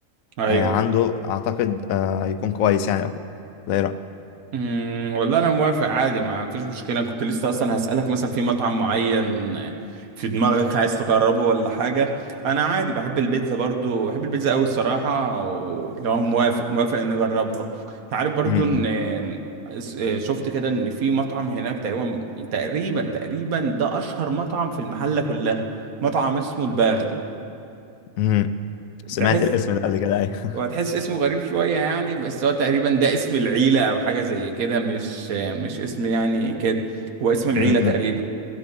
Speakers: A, on the right; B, on the left.
A: ايوه
B: آه عنده اعتقد آه يكون كويس يعني او كده ده ايه رأيك
A: امم والله انا موافق عادي ما فيش مشكله أنا كنت لسه اصلا هسالك مثلا في مطعم معين في دماغك عايز تجربه ولا حاجه انا عادي بحب البيتزا برضو بحب البيتزا قوي الصراحه ولو موافق موافق ان نجربها أنت عارف برضو
B: م-
A: ان
B: م-
A: إيه، شفت كده ان في مطعم هناك تقريبا تقريبا تقريبا ده اشهر مطعم في المحله كلها مطعم اسمه الباغل
B: م. سمعت
A: تحس
B: الاسم ده قبل كده ايوه <laughs>
A: هو هتحس اسمه غريب شوية يعني بس هو تقريبا ده اسم العيلة أو حاجة زي كده مش مش اسم يعني كده هو اسم العيلة
B: م-
A: تقريبا
B: م.